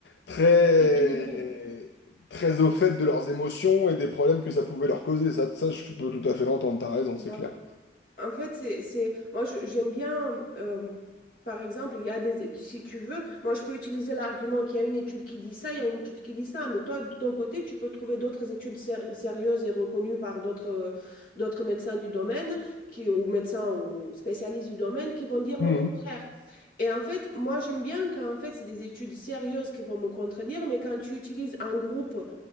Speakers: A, on the left; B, on the left.
A: très,
B: Équilibré.
A: très au fait de leurs émotions et des problèmes que ça pouvait leur causer. Ça, ça, je peux tout à fait l'entendre, t'as raison,
B: Bah
A: c'est clair.
B: En fait, c'est, c'est, moi, je- j'aime bien, euh, par exemple, il y a des, si tu veux, moi, je peux utiliser l'argument qu'il y a une étude qui dit ça, il y a une étude qui dit ça, mais toi, de ton côté, tu peux trouver d'autres études sé- sérieuses et reconnues par d'autres, d'autres médecins du domaine, qui, ou médecins ou spécialistes du domaine, qui vont dire
A: Mhm.
B: le contraire. Et en fait, moi, j'aime bien quand, en fait, c'est des études sérieuses qui vont me contredire, mais quand tu utilises un groupe